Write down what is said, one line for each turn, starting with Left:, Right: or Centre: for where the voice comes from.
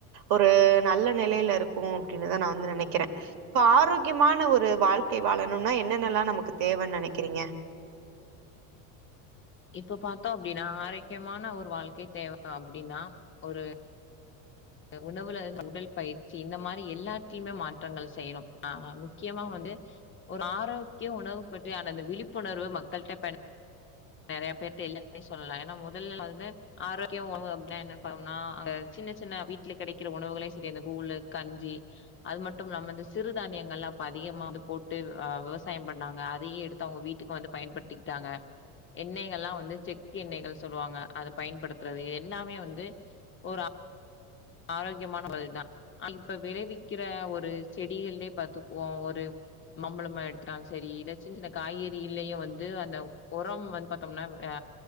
Right: ஒரு நல்ல நிலையில இருக்கு அப்டின்னுதா நா வந்து நெனைக்கிற இப்ப ஆரோக்கியமான ஒரு வாழ்க்கை வாழணும்னா என்னென்னல்லா நமக்கு தேவன் நெனைக்கிறீங்க
Left: இப்ப பாத்தோ அப்டின்னா ஆரோக்கியமான ஒரு வாழ்க்கை தேவ அப்டின்னா ஒரு உணவுல உடல் பயிற்சி இந்த மாரி எல்லாத்திமே மாற்றங்கள் செய்யனு அ முக்கியமா வந்து ஒரு ஆரோக்கிய உணவு பற்றி ஆன அந்த விழிப்புணர்வு மக்கள்ட்ட ப நெறைய பேர்ட்ட இல்லன்னே சொல்லலா ஏன்னா முதல்ல வந்து ஆரோக்கிய உணவு அப்டின்னா என்ன <unintelligible> அங்க சின்ன சின்ன வீ ட்ல கெடைக்கிற உணவுகளே செரி அந்த கூழு கஞ்சி அது மட்டும் இல்லாம இந்த சிறுதானியங்கள்லா இப்ப அதிகமா வந்து போட்டு அ விவசாயம் பண்ணாங்க அதையே எடுத் து அவங்க வீட்டுக்கு வந்து பயன்படுத்திக்கிட்டாங்க எண்ணெய்கள்லா வந்து செக்கு எண்ணெய்கள் சொல்லுவாங்க அத பயன்படுத்துறது எல்லாமே வந்து ஒரு ஆ ரோக்கியமான வழ் தா இப்ப விளைவிக்கிற ஒரு செடிகள்லே பாத்துக்வோ ஒரு மாம்பழமா எடுத்துட்டாலு செரி இல்ல சின்ன சின்ன காய்கறிகில்லியு வந்து அந்த ஒரம் வந்து பாத்தோம்னா அ